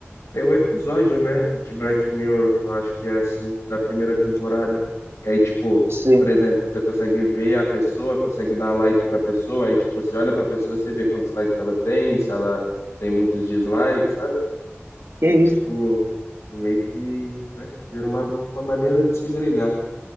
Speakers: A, on the left (about 75°); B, on the right (about 60°).
A: Tem um episódio, né, de Black Mirror que eu acho que é assim, da primeira temporada, que aí, tipo,
B: Sim.
A: por exemplo, você consegue ver a pessoa, consegue dar like pra pessoa, aí, tipo, você olha pra pessoa, você vê quantos likes ela tem, se ela tem muitos dislikes, sabe?
B: Que
A: Aí, tipo,
B: isso?
A: meio que, né, vira uma, uma maneira de segregar.